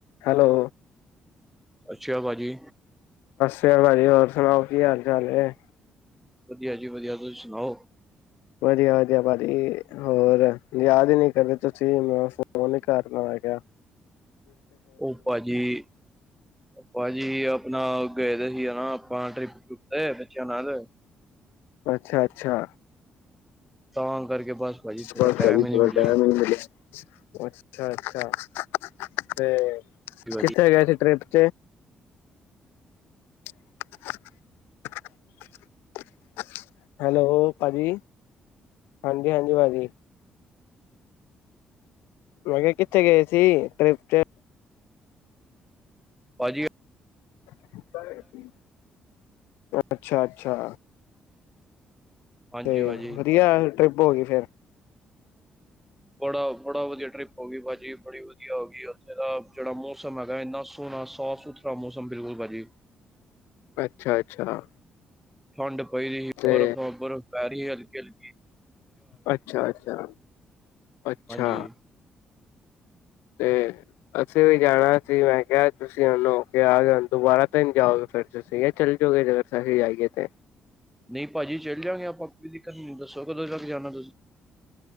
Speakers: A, on the left; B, in the centre.
A: Hello,
B: ਅੱਛਾ ਭਾਜੀ,
A: <unintelligible> ਹੋਰ ਸੁਣਾਓ ਕੀ ਹਾਲ ਚਾਲ ਐ?
B: ਵਧੀਆ ਜੀ ਵਧੀਆ, ਤੁਸੀਂ ਸੁਣਾਓ?
A: ਵਧੀਆ ਵਧੀਆ ਭਾਜੀ ਹੋਰ ਯਾਦ ਹੀ ਨੀ ਕਰਦੇ ਤੁਸੀਂ ਮੈਂ ਫੋਨ ਕਰ ਲਾ ਮੈਂ ਕਿਆ।
B: ਔ ਭਾਜੀ-ਭਾਜੀ ਆਪਣਾ ਗਏ ਦੇ ਹੀ ਹਨਾ। ਹਾਂ ਟਰਿਪ ਕੀਤਾ ਏ ਬੱਚਿਆ ਨਾਲ।
A: ਅੱਛਾ-ਅੱਛਾ,
B: ਤਾਂ ਕਰਕੇ ਬਸ ਭਾਜੀ ਥੋੜਾ
A: ਬਸ
B: ਟਾਈਮ
A: ਭਾਜੀ
B: ਹੀ ਨਹੀਂ
A: ਥੋੜਾ
B: ਮਿਲਿਆ
A: ਟੈਮ ਈ ਨੀ ਮਿਲਿਆ, ਅੱਛਾ -ਅੱਛਾ। ਤੇ,
B: ਭਾਜੀ
A: ਕਿਥੇ ਗਿਆ ਸੀ ਟਰਿਪ? ਤੇ, <unintelligible> ਹੈਲੋ, ਭਾਜੀ। ਹਾਂਜੀ-ਹਾਂਜੀ ਭਾਜੀ। ਮੈਂ ਕਿਆ ਕਿੱਥੇ ਗਏ ਸੀ, ਟ੍ਰਿਪ?
B: ਭਾਜੀ,
A: ਸ਼ਿਮਲਾ ਗਏ ਸੀ। ਅੱਛਾ-ਅੱਛਾ।
B: ਹਾਂਜੀ
A: ਤੇ
B: ਭਾਜੀ
A: ਵਧੀਆ ਟ੍ਰਿਪ ਹੋ ਗਈ ਫੇਰ।
B: <inaudible> ਬੜਾ -ਬੜਾ ਵਧੀਆ ਟਰਿਪ ਹੋ ਗਈ ਭਾਅ ਜੀ। ਬੜੀ ਵਧੀਆ ਹੋ ਗਈ ਉੱਥੇ ਦਾ- ਜੇੜਾ ਮੌਸਮ ਹੈਗਾ ਏਨਾ ਸੋਣਾ ਸਾਫ ਸੁਥਰਾ ਮੌਸਮ ਬਿਲਕੁਲ ਭਾਜੀ।
A: ਅੱਛਾ ਅੱਛਾ।
B: ਠੰਡ ਪਈ ਦੀ ਹੀ।
A: ਤੇ
B: ਬਰਫ਼ -ਬਰਫ਼ ਪੈ ਰੀ ਸੀ ਹ- <inaudible>
A: ਅੱਛਾ ਅੱਛਾ। ਅੱਛਾ
B: ਹਾਂਜੀ
A: ਤੇ ਅਸੀਂ ਵੀ ਜਾਣਾ ਸੀ। ਮੈਂ ਕਿਆ ਤੁਸੀਂ ਉਨੂੰ ਕਿਆ ਦੁਬਾਰਾ ਤੇ ਨੀ ਜਾਓਗੇ। ਫਿਰ ਤੁਸੀਂ ਜਾ ਚੱਲ ਜਓਗੇ ਜੇ ਅਸੀਂ ਜਾਈਏ ਤੇ।
B: ਨਈ ਭਾਜੀ ਚੱਲ ਜਾਂਗੇ ਆਪਾਂ। ਕੋਈ ਦਿੱਕਤ ਨਈ। ਦੱਸੋ ਕਦੋਂ ਤੱਕ ਜਾਣਾ ਤੁਸੀਂ?